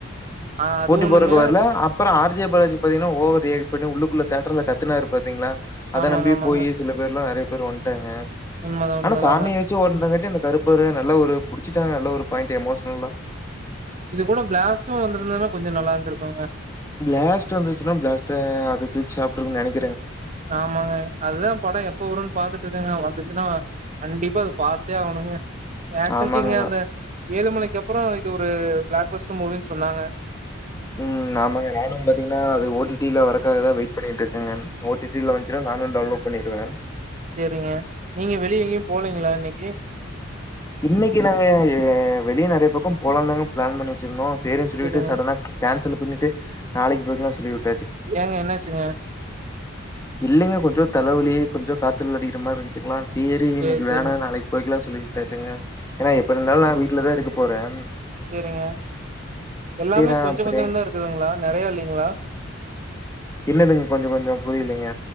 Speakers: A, on the right; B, on the left.
A: ஆ அது
B: போட்டி
A: ஒண்ணுங்க
B: போறக்கு வர்ல அப்புறோ ஆர் ஜே பாலாஜி பாத்தீங்னா ஓவர் ரியாக்ட் பண்ணி உள்ளுக்குள்ள தேட்டர்ல கத்துனாரு பாத்தீங்ளா அத
A: ஆமாங்க
B: நம்பி
A: ஆமாங்க.
B: போயி சில பேர்லா நறைய பேர் வன்ட்டாங்க
A: உண்மதா உண்மதாங்க.
B: ஆனா சாமிய வச்சி ஓட்னங்காட்டி அந்த கருப்பரு நல்ல ஒரு புடிச்சிட்டாங்க நல்ல ஒரு பாயிண்ட்டு எமோஷ்னலா
A: இது கூட பிளாஸ்ட்டூ வந்திருந்துதுனா கொஞ்சோ நல்லாந்துருக்கோங்க
B: பிளாஸ்ட் வந்துச்சுன்னா பிளாஸ்ட்டே அத தூக்கி சாப்ட்ரூன் நெனைக்
A: ஆமாங்க அதுதா படோ எப்ப வரூன் பாத்துட்ருக்கேங்க வந்துச்சுன்னா கண்டிப்பா அது பா த்தே ஆவணுங்க ஆக்ஷ்ன்
B: ஆமாங்க.
A: கிங்க அந்த ஏழு மலைக்கப்றோ இது ஒரு ப்ளாக்பஸ்ட்டு மூவின் சொன்னாங்க
B: ம் ஆமாங்க நானும் பாத்தீங்கன்னா அது ஓ டி டி ல வர்றக்காகதா வெயிட் பண்ணிட்ருக்கங்கன் ஓ டி டி ல வந்ச்சினா நானு டவுன்லோட் பண்ணிருவே
A: செரிங்க நீங்க வெளிய எங்கயூ போலீங்ளா இன்னைக்கி
B: இன்னைக்கி நாங்க வெளியே நறைய பக்கம் போலாந்தாங்க ப்ளான் பண்ணி வச்சிருந்தோ சேரின் சொல்லிட்டு
A: சேரிங்க.
B: சடனாக் கேன்சல் பண்ணிட்டு நாளைக்கு போயிக்லா சொல்லிவிட்
A: ஏங்க என்னாச்சுங்க
B: இல்லைங்க கொஞ்சோ தலைவலி கொஞ்சோ காச்சல் அடிக்ற மாரி இந்துச்சுங்களா தேரி
A: சேரி
B: இன்னைக்கி
A: சேரிங்க.
B: வேணா நாளைக் போயிக்கலா சொல்லி விட்டாச்சுங்க ஏனா எப்டிருந்தாலு நா வீட்ல தா இருக்கப்போறேம்
A: செரிங்க எல்லாமே
B: நான்
A: கொஞ்சோ
B: அப்படியே
A: கொஞ்சந்தா இருக்குதுங்ளா நறைய இல்லிங்க்ளா
B: என்னதுங்க கொஞ்ச கொஞ்சோ புரிலைங்க